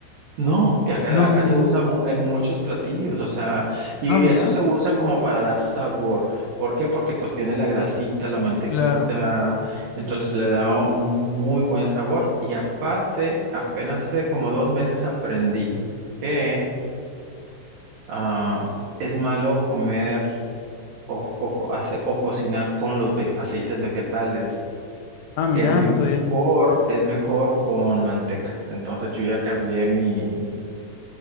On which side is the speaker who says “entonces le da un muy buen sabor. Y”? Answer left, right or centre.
Right